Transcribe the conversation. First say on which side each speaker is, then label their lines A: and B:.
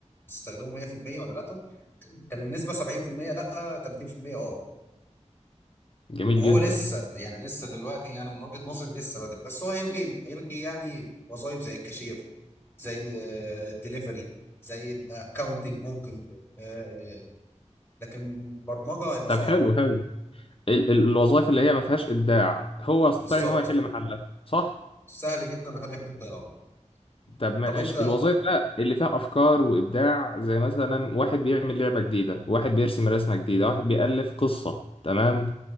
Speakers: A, on the left (about 15°); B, on the left (about 45°).
A: بيستخدموا 100% ولا لا كان النسبه 70% لا 30% اه
B: جميل
A: فهو
B: جدا
A: لسه يعني لسه دلوقتي يعني من وجهه نظري لسه بدري بس هو هيلغي هيلغي يعني وظائف زي الكاشير زي الدليفري زي الاكونتنج ممكن آه، آه، لكن برمجه هيبقى
B: طب
A: صعب
B: حلو حلو ال- ال- الوظائف اللي هي ما فيهاش ابداع هو يستطيع
A: بالظبط
B: ان هو يحل محلها صح
A: سهل جدا وحاجه بتضيعها
B: طب ماشي
A: طب انت
B: الوظائف بقى اللي فيها افكار وابداع زي مثلا واحد بيعمل لعبه جديده واحد بيرسم رسمه جديده واحد بيالف قصه تمام